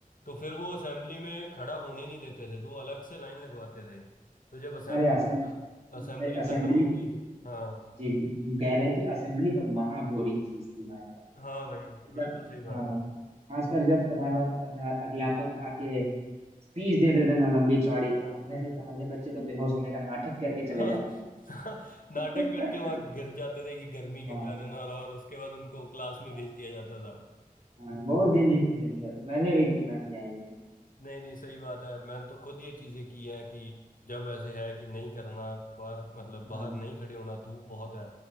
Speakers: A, on the left; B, on the right.
A: तो फिर वो असेंबली में खड़ा होने नहीं देते थे तो वो अलग से लाइन लगवाते थे तो जब असेंबली
B: अरे असें
A: असेंबली
B: अरे
A: खत्म
B: असेंबली
A: होगी
B: जी
A: हाँ
B: जी हम कह रहे हैं कि असेंबली तो महा बोरिंग चीज थी भाई साहब
A: हाँ भाई
B: मतलब
A: बिल्कुल सही बात
B: हाँ
A: है <laughs>
B: खासकर जब प्रधान अध्या- अध्यापक आके स्पीच देते थे ना लंबी चौड़ी तो हमने से तो आधे बच्चे तो बेहोश होने का नाटक करके चले
A: हाँ,
B: जाते थे
A: नाटक करके वहां
B: <laughs>
A: गिर जाते थे कि गर्मी
B: हाँ
A: के कारण और और उसके बाद उनको क्लास
B: हाँ
A: में भेज दिया जाता
B: हाँ, वो दिन ही तो दिन थे मैंने भी कितना किया है ये सब।
A: नहीं नहीं सही बात है और मैंने तो खुद ये चीजें की हैं कि जब ऐसे है कि नहीं करना बाहर मतलब बाहर
B: हाँ
A: नहीं खड़े होना धूप बहुत है